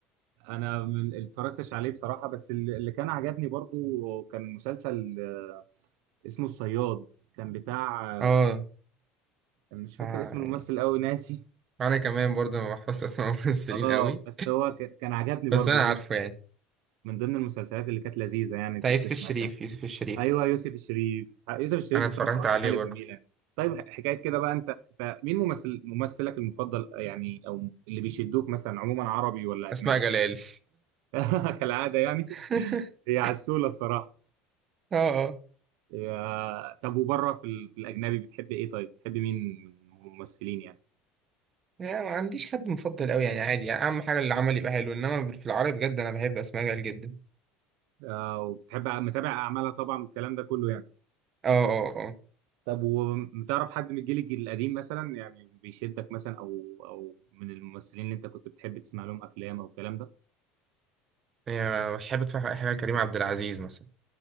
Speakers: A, on the right; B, on the right.
A: انا ما اتفرجتش عليه بصراحه بس اللي اللي كان عجبني برضو كان مسلسل آه، اسمه الصياد كان بتاع آه،
B: اه
A: مش فاكر
B: آه،
A: اسم الممثل قوي ناسي
B: انا كمان برضه ما بحفظش اسماء <laughs> الممثلين
A: اه
B: قوي
A: بس هو ك- كان عجبني برضو
B: بس انا
A: يعني
B: عارفه يعني
A: من ضمن المسلسلات اللي كانت لذيذه يعني
B: بتاع
A: كنت
B: يوسف
A: سمعتها
B: الشريف يوسف الشريف
A: ايوه يوسف الشريف يوسف الشريف
B: انا
A: بصراحه
B: اتفرجت
A: اعماله
B: عليه برضه
A: جميله طيب ح- حكايه كده بقى انت انت مين ممثل ممثلك المفضل يعني او اللي بيشدوك مثلا عموما عربي ولا اجنبي
B: واسماء جلال
A: <laughs> كالعاده يعني <laughs>
B: <laughs>
A: هي عسوله الصراحه
B: اه اه
A: يا... طب وبره في, ال... في الاجنبي بتحب ايه طيب بتحب مين من الممثلين يعني
B: يعني ما عنديش حد مفضل قوي يعني عادي يعني، اهم حاجه العمل يبقى حلو انما في العربي بجد انا بحب اسماء جلال جدا
A: آه وبتحب متابع اعمالها طبعا والكلام ده كله يعني
B: اه اه أه.
A: طب وبتعرف حد من الجيل الجيل القديم مثلا يعني بيشدك مثلا او او من الممثلين اللي انت كنت بتحب تسمع لهم افلام او الكلام ده
B: يعني بحب اتفرج على اي حاجه كريم عبد العزيز مثلا